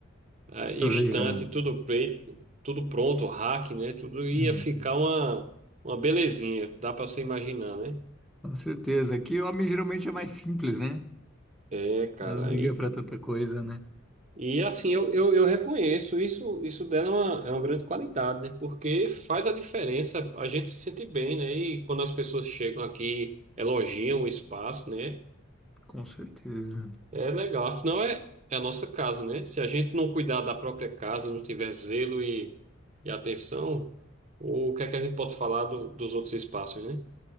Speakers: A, on the right (about 35°); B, in the centre.
A: ah,
B: Estou
A: instante,
B: ligando.
A: tudo preto, tudo pronto, rack, né? Tudo ia
B: Hum.
A: ficar uma, uma belezinha, dá para você imaginar, né?
B: Com certeza. Aqui o homem geralmente é mais simples, né?
A: É, cara.
B: Não liga pra tanta coisa, né?
A: E assim, eu, eu, eu reconheço isso, isso dela é uma, é uma grande qualidade, né? Porque faz a diferença, a gente se sente bem, né? E quando as pessoas chegam aqui, elogiam o espaço, né?
B: Com certeza.
A: É legal, afinal é, é a nossa casa, né? Se a gente não cuidar da própria casa, não tiver zelo e, e atenção, o que é que a gente pode falar do- dos outros espaços, né?